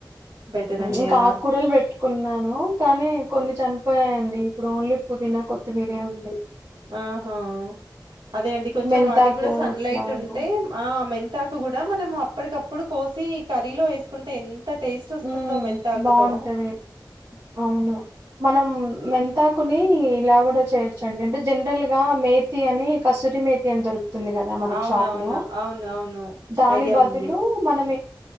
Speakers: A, on the right (about 85°); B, on the right (about 45°).
A: బెటర్ అండి
B: ఇంకా
A: అలా
B: ఆకూరలు పెట్టుకున్నాను, కానీ కొన్ని చని ఉయండి ఇప్పుడు ఓన్లీ పుదీనా కొత్తిమీరే ఉంది
A: ఆహా అదే అండి కొంచెం
B: మెంతాకు
A: వాటికి కూడా సన్
B: ఇట్లా
A: లైట్ ఉంటే
B: ఉన్న
A: ఆమెంత దాక కూడా మనం అప్పటికప్పుడు కోసి కర్రీలో వేసుకుంటే ఎంతా ఎంత టేస్ట్ వస్తుందో
B: హ్మ్
A: మెంతాకుతో
B: బావుంటది అవును మనం మెంతాకుని ఇలాగ చేయొచ్చండి అంటే జనరల్ గా మేతి అని కసురి మేతి అని దొరుకుతు తుంది కదా మన
A: అవునవును.
B: షాప్ లో
A: అవును. అవును.
B: దాని
A: ఐడియా
B: బదులు
A: ఉంది.
B: మనం